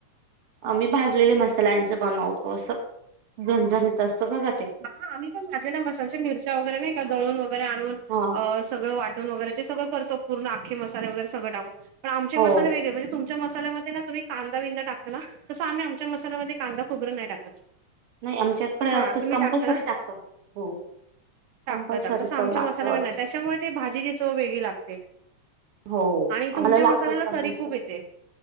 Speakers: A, on the right (about 50°); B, on the right (about 80°).
A: आमी भाजलेले मसाल्यांच बनवतो. असं झणझणीत. तसत बघा ते.
B: हा, आम्ही पण भाजलेल्या मसाच्या मिरच्या वगैरे नाही का, दळून वगैरे आणून
A: हा
B: अ.. सगळं वाटून वगैरे- ते सगळं करतो पूर्ण अख्खे मसाले वगैरे सगंळ टाकून, पण आमचे
A: हो
B: मसाले वेगळे म्हणजे तु- मच्या मसाल्यामध्ये ना तुम्ही कांदा विंदा टाकता ना, तसं आम्ही आमच्या मसाल्यामध्ये कांदा, खोबरं नाही टाकत.
A: नाही, आमच्याकडे
B: हा
A: असतच,
B: तुम्ही
A: कंपल्सरी
B: टाकता
A: टाकतो हो.
B: टाकत,
A: कंपल्सरी
B: टाकत असं आमच्या
A: तर लागतच
B: मसालामध्ये नाही, त्याच्यामुळे ते भाजीची चव वेगळी लागते.
A: हो
B: आणि
A: आम्हाला
B: तुमच्या
A: लागतच
B: मसाल्याला
A: कंपल्सरी
B: तरी खूप येते.